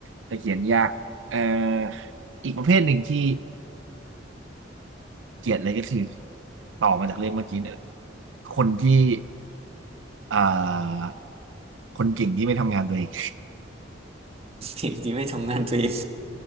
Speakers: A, on the right (about 80°); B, on the right (about 35°).
A: แต่เขียนยากเอ่ออีกประเภทหนึ่งที่เกลียดเลยก็คือต่อมาจากเรื่องเมื่อกี้เนี่ยคนที่อ่าคนเก่งที่ไม่ทำงานตัวเอง
B: สิ่ที่ไม่ทำงานตัวเอง